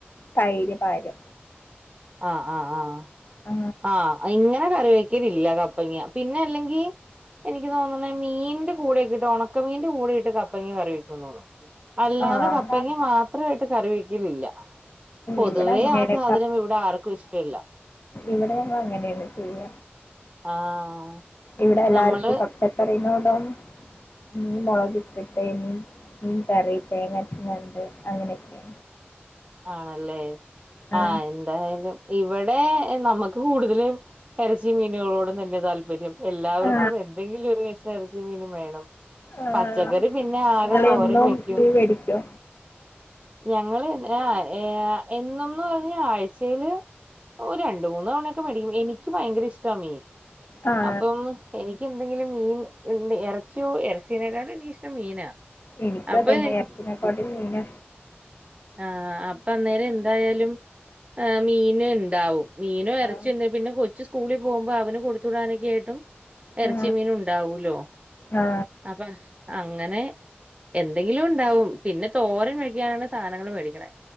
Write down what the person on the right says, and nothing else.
ആ ആ ആഹ്.
ആഹ് ഇങ്ങനെ കറിവെക്കലില്ല കപ്പങ്ങ്യ പിന്നെ അല്ലെങ്കി എനിക്ക് തോന്ന്ണ് മീന്റെ. കൂടെക്ക്ട്ട് ഉണക്കമീന്റെ കൂടെട്ട് കപ്പങ്ങ്യ കറി വെക്കൂ തോന്ന്ണ് അല്ലാതെ
കപ്പങ്ങ. മാത്രായിട്ട് കറി വെക്കലില്ല പൊതുവേ
ആ സാധനം ഇവിടെ ആർക്കും ഇഷ്ട്ടല്ല.
ആഹ്
നമ്മള്
ആണല്ലേ
ആൻ എന്തായാലും ഇവിടെ നമ്മക്ക് കൂടുതലും എറച്ചി മീനുകളോടും തന്നെ താല്പര്യം എല്ലാവർക്കും
എന്തെങ്കിലും ഒരു കഷ്ണം എറച്ചി മീനും വേണം
പച്ചക്കറി പിന്നെ ആകെ
തോരൻ
വെയ്ക്കും
ഞങ്ങള് ആ ഏ എന്നുംന്ന് പറഞ്ഞ ആഴ്ചേല് ഒരു രണ്ട് മൂന്ന് തവണയൊക്കെ മേടിക്കും എനിക്ക് ഭയങ്കര ഇഷ്ട മീൻ
അപ്പം എനിക്ക് എന്തെങ്കിലും മീൻ ഇണ്ട് എ റച്യോ എറച്ചീനേക്കാളും എനിക്കിഷ്ടം മീനാ
അപ്പൊ
ആ അപ്പൊ അന്നേരം ന്തായാലും ആ മീന് ഇണ്ടാവും മീനും
എറച്ചി എന്ന് പിന്നെ കൊച്ച് സ്കൂളിൽ പോകുമ്പോ അവന് കൊടുത്തു വിടാനൊക്കെയിട്ടും എറച്ചി
മീനും ഉണ്ടാവൂലോ
അപ്പൊ അങ്ങനെ എന്തെങ്കിലും ഉണ്ടാവും പിന്നെ തോരൻ വെക്കാനാണ് സാധനങ്ങൾ മേടിക്കണെ